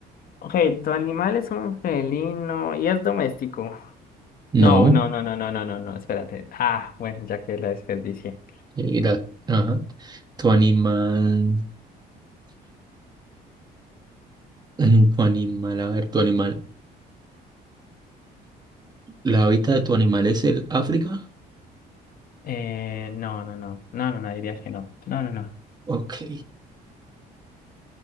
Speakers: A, on the left (about 60°); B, on the right (about 25°).
A: Ok, tu animal es un felino y es doméstico.
B: no.
A: No, no, no, no, no, no, no, no, espérate. Ah, bueno, ya que la desperdicié.
B: Eh, la- ajá. ¿Tu animal, mm, tu animal, a ver, tu animal, la hábitat de tu animal es el África?
A: Eh, no, no, no, no, no, no, diría que no. No, no, no.
B: Ok.